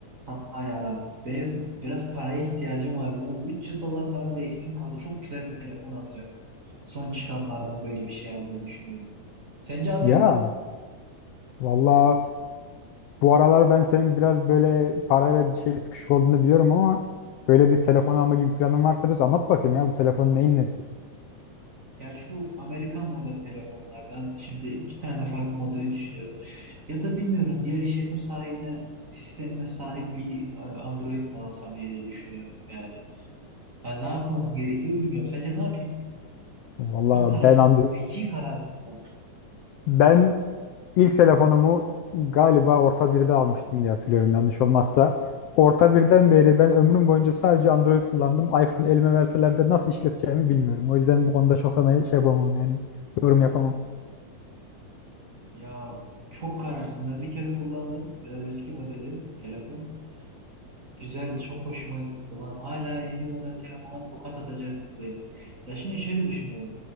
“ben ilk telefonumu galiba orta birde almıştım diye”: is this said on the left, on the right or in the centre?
Left